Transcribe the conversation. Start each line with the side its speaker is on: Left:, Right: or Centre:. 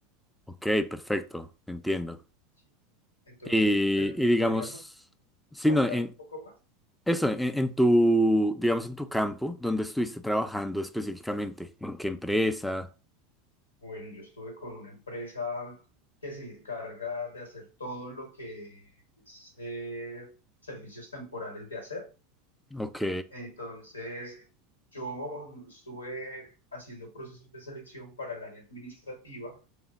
Centre: ok, perfecto, entiendo.
Left: ¿sí? Entonces,
Centre: Y,
Left: de lo que
Centre: y digamos,
Left: podríamos
Centre: sí,
Left: ahondar
Centre: no, en,
Left: un poco más,
Centre: Eso, en, en tu, digamos, en tu campo, ¿dónde estuviste trabajando específicamente? ¿En qué empresa?
Left: bueno, yo estuve con una empresa que se encarga de hacer todo lo que es eh, servicios temporales de hacer.
Centre: Ok,
Left: Entonces, yo no estuve haciendo procesos de selección para el área administrativa,